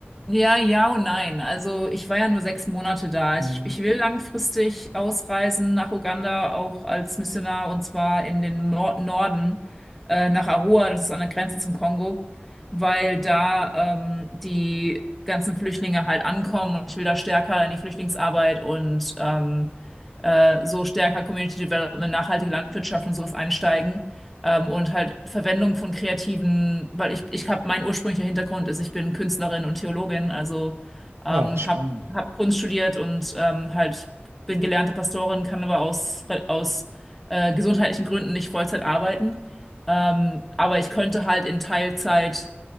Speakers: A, in the centre; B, on the right (about 80°).
A: Ja, ja und nein. Also ich war ja nur sechs Monate da.
B: Hm.
A: Ich, ich will langfristig ausreisen nach Uganda, auch als Missionar, und zwar in den Nor Norden, äh, nach Arua, das ist an der Grenze zum Kongo, weil da ähm, die ganzen Flüchtlinge halt ankommen und ich will da stärker in die Flüchtlingsarbeit und ähm, äh, so stärker Community Development, nachhaltige Landwirtschaft und sowas einsteigen. Ähm, und halt Verwendung von kreativen, weil ich, ich habe, mein ursprünglicher Hintergrund ist, ich bin Künstlerin und Theologin, also ähm,
B: Ach, spannend.
A: habe hab hab Kunst studiert und ähm, halt bin gelernte Pastorin, kann aber aus, aus äh, gesundheitlichen Gründen nicht Vollzeit arbeiten. Ähm, aber ich könnte halt in Teilzeit